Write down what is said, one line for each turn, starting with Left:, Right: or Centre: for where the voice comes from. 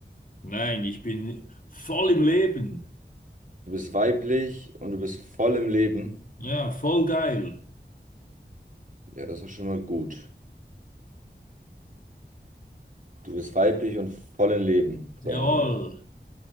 Left: Nein, ich bin voll im Leben.
Right: Du bist weiblich und du bist voll im Leben.
Left: Ja, voll geil.
Right: Ja, das ist schon mal gut. Du bist weiblich und voll im Leben. So,
Left: Jawohl.
Right: warte mal.